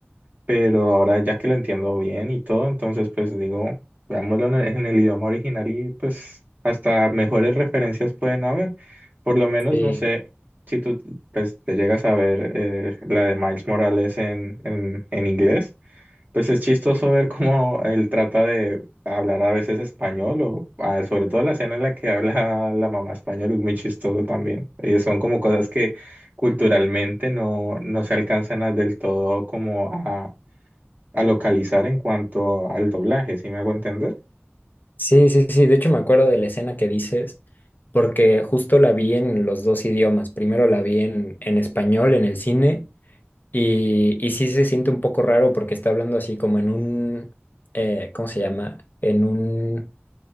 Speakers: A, on the right; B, on the left.
A: pero ahora ya que lo entiendo bien y todo, entonces pues digo, veámoslo en el, en el idioma original y pues hasta mejores referencias pueden haber. Por lo menos,
B: Sí.
A: no sé, si tú pues te llegas a ver eh, la de Miles Morales en, en, en inglés. Pues es chistoso ver cómo él trata de hablar a veces español o ah, sobre todo la escena en la que habla la mamá español es muy chistoso también. Y son como cosas que culturalmente no, no se alcanzan a- del todo como a, a localizar en cuanto al doblaje, si me hago entender?
B: Sí, sí, sí. De hecho, me acuerdo de la escena que dices, porque justo la vi en los dos idiomas. Primero la vi en, en español, en el cine, y, y sí se siente un poco raro porque está hablando así como en un, eh, ¿cómo se llama? En un